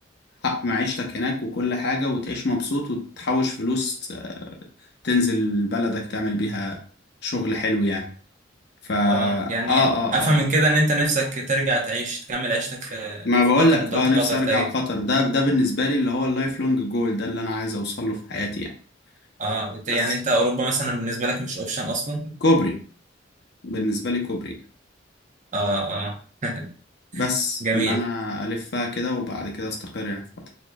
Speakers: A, on the left; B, on the right.
A: حق معيشتك هناك وكل حاجة وتعيش مبسوط وتحوش فلوس آه، تنزل بلدك تعمل بيها شغل حلو يعني فا
B: اه
A: آه,
B: يعني
A: اه اه
B: افهم من
A: آه.
B: كده ان انت نفسك ترجع تعيش تكمل عيشتك في
A: ما
B: في
A: بقول
B: قطر
A: لك
B: انت
A: اه
B: قلت
A: نفسي
B: قطر
A: ارجع
B: تقريبا
A: قطر ده ده بالنسبه لي اللي هو اللايف لونج جول ده اللي انا عايز اوصل له في حياتي يعني
B: اه أنت-
A: بس
B: يعني انت اوروبا مثلا بالنسبه لك مش اوبشن اصلا
A: كوبري بالنسبه لي كوبري
B: اه اه <laughs>
A: بس
B: جميل
A: ان انا الفها كده وبعد كده استقر يعني في قطر